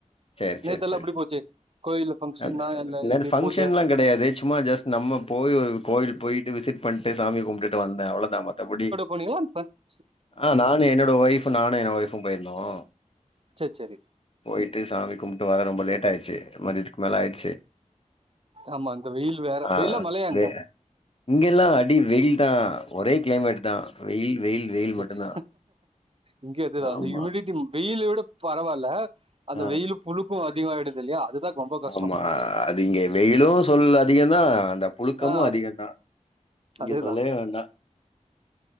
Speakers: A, on the left (about 45°); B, on the right (about 45°).
A: செரி செரி
B: நேத்தெல்லா
A: செரி
B: எப்டி போச்சு கோயில்ல ஃபங்க்ஷன்னா
A: அதா அதா
B: இல்ல
A: நேனு
B: எப்டி
A: ஃபங்க்ஷன்ல்லா
B: பூஜ
A: கெடையாது சும்மா ஜஸ் நம்ப போய் ஒரு கோவில் போயிட்டு விசிட் பண்ணிட்டு சாமி கும்டுட்டு வந்தன் அவ்வளதான் மத்தபடி
B: போனிங்ளா ஃப்ரண்ட் ஸ்
A: ஆ நானும் என்னோட ஒய்ஃபு நானு என்னோ ஒய்ஃபும் போயிருந்தோம்
B: சேரி சேரி
A: போயிட்டு சாமிகும்ப்ட்டு வர ரொம்ப லேட் ஆயிச்சு மதியத்துக்கு மேல ஆய்டுச்சு
B: ஆமா இந்த வெயில் வேற
A: ஆ
B: வெயிலா மழையா அங்க
A: வே இங்கெல்லாம் அடி வெயில் தான் ஒரே கிளைமேட் தான் வெயில் வெயில் வெயில்
B: சேச்சே
A: மட்டுந்தா
B: இங்க அதேதா
A: ஆமா
B: அந்த யூமிடிட்டி வெயில விட பரவாயில்ல அந்த
A: ஆ
B: வெயிலு புழுக்கோ அதிகோ ஆயிடுதுல்யா அதுதா ரொம்ப கஷ்டோ
A: ஆமா அது இங்க வெயிலும் சொல் அதிகம் தா அந்த புழுக்கமு
B: ஆ
A: அதிக தான்
B: அதேதா
A: இது சொல்லவே வேண்டா